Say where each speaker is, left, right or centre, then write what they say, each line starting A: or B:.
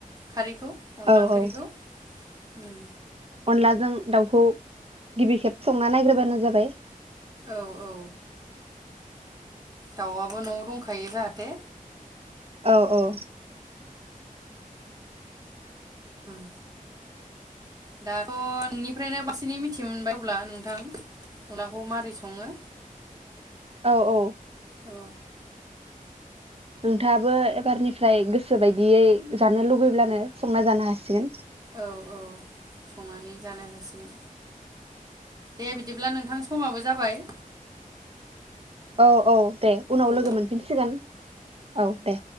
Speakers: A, on the right; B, on the right.
A: खारैखौ अनला
B: औ
A: ओंख्रिखौ
B: औ
A: उम
B: अनलाजों दाउखौ गिबि खेब संना नायग्रोबानो जाबाय
A: औ औ दाउआबो न'आव दंखायो जाहाथे
B: औ औ
A: उम दाथ' नोंनिफ्रायनो बांसिनै मिथिनो मोनबाय अब्ला नोंथां अनलाखौ मारै सङो
B: औ -औ
A: औ
B: नोंथाङाबो एबारनिफ्राय गोसो बायदियै जानो लुबैब्लानो संना जानो हासिगोन
A: औ औ संनानै जानो हासिगोन दे बिदिब्ला नोंथां समाबो जाबाय
B: औ औ दे उनाव
A: औ
B: लोगो मोनफिनसिगोन औ दे